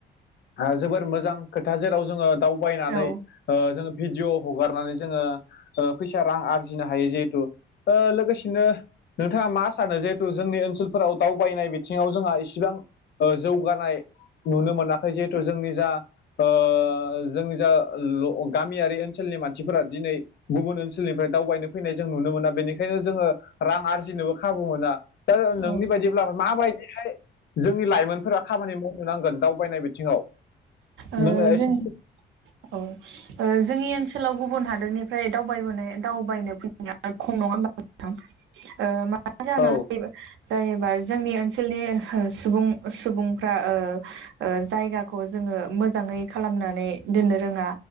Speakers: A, on the left; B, on the right.
A: ओ जोबोर मोजां खोथा जेराव जोङो दावबायनानै
B: औ औ
A: ओ जोङो भिडिय' हगारनानै जोङो ओ फैसा रां आरजिनो हायो जिहेथु ओ लोगोसेनो नोंथाङा मा सानो जिहेथु जोंनि ओनसोल फोराव दावबायनाय बिथिङाव जोंहा इसिबां जौगानाय नुनो मोनाखै जिहेथु जोंनि जा ओ जोंनि जा ल गामियारि ओनसोलनि मानसिफोरा दिनै गुबुन ओनसोलनिफ्राय दावबायनो फैनाय जों नुनो मोना बेनिखायनो जोङो रां आरजिनोबो खाबु मोना। <unintelligible>
B: ओ
A: ब्ला माबायदिहाय जोंनि लाइमोनफोरा खामानि मावनो नांगोन दावबायनाय बिथिङाव
B: ओ‌
A: नोङो एसे
B: जों औ ओ जोंनि ओनसोलाव गुबुन हादोरनिफ्राय दावबायबोनाय दावबायनो फै <unintelligible> खम नङा होनबा नोंथां ओ‌
A: औ
B: <unintelligible> जायोबा जोंनि ओनसोलनि ओ सुबुं सुबुंफ्रा ओ ओ जायगाखौ जोङो मोजाङै खालामनानै दोननो रोङा